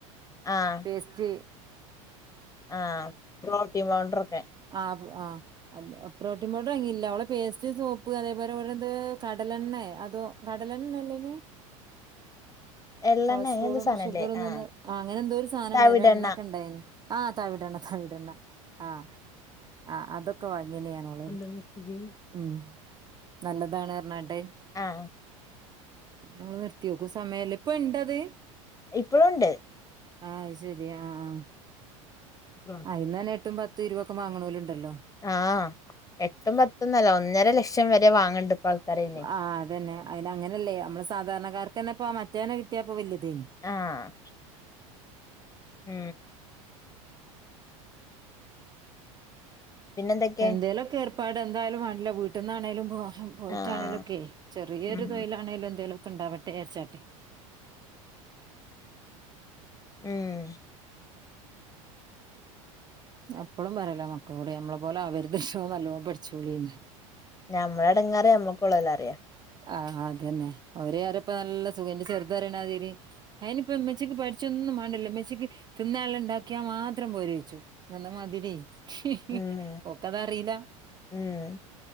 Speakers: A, on the left; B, on the right.
A: ആഹ്
B: വേസ്റ്റ്
A: ആഹ് പ്രോട്ടീൻ പൗഡർ ക്കെ
B: ആഹ് അത് ആഹ് അത് പ്രോട്ടീൻ പൗഡർ വാങ്ങിയില്ല അവള്പേസ്റ്റ് സോപ്പ് അതേപോലെ ഓരന്ത് കടലെണ്ണ അതോ കടലണ്ണല്ലേനെ
A: എള്ളെണ്ണ
B: കൊളസ്ട്രോളും
A: അങ്ങനൊരു സാധനല്ലേ
B: ഷുഗറും തന്ന്
A: ആഹ്
B: അങ്ങനെ എന്തോ ഒരു സാധനംണ്ടാേയിനി
A: തവിടെണ്ണ
B: എണ്ണക്കെ ഉണ്ടായതിന് ആഹ് തവിടെണ്ണ തവിടെണ്ണ ആഹ് ആഹ് അതൊക്ക വാങ്ങീണ്ട് ഞാനവളെന്ന്
A: മണ്ണെണ്ണ തിരി
B: ഉം നല്ലതാണ് പറഞ്ഞീട്ട്
A: ആഹ്
B: പിന്നെ ഓൾ നിർത്തിയോക്കും സമയല്ല ഇപ്പ ഇണ്ടത്
A: ഇപ്പോഴുംണ്ട്
B: ആഹ് ശരി ആ ആഹ്
A: പ്രാർത്ഥി
B: ആയിന്ന എട്ടും പത്തും ഇരുപതൊക്കെ വാങ്ങണോര്ണ്ടല്ലോ
A: ആഹ് എട്ടും പത്തൊന്നല്ല ഒന്നര ലക്ഷം വരെ വാങ്ങണ്ട് ഇപ്പ ആൾക്കാരെ അയിന്
B: ആഹ് അതന്നെ അയ്ന് അങ്ങനല്ലേ നമ്മള് സാധാരണക്കാർക്ക് തന്നെപ്പാ മറ്റോനെ കിട്ടിയപ്പോ വലതേനി
A: ആഹ് ഉ പിന്നെന്തൊക്കെ
B: എന്തേലൊക്കെ ഏർപ്പാട് എന്തായാലും വാണലോ വീട്ടിൽന്നാണേലുംഹം പോയിട്ടാണെങ്കിലുംഒ
A: ആഹ്
B: ക്കെ ചെറിയൊരു
A: ഉം
B: തൊഴിലാണേലും എന്തെലുമൊ ക്കെ ഉണ്ടാവട്ടെ ഏച്ചാട്ടെ
A: ം
B: അപ്പളും പറെലോ മക്കളോട് ഞമ്മളെ പോലാവര്ത് നല്ലോ പഠിച്ചോളീ.
A: ഞമ്മള എടങ്ങേറ് ഞമ്മക്കൊള്ളോല്ലറ്യ.
B: ആഹ് അതന്നെ ഓരെ വിജാരപ്പ നല്ല സുഖ ൻ്റെ ചെറുത് രെണമാതിരി അയിനിപ്പം മെച്ചിക്ക് പഠിച്ചൊന്നും മാണ്ടില്ലോ മെച്ചക്ക് തിന്നാള്ളണ്ടാക്കിയാ മാത്രം പോരേയിച്ചും. നന്ന മാതിരി ഹ്ഹ്
A: ഉം
B: ഒക്കതറീല.
A: ഉം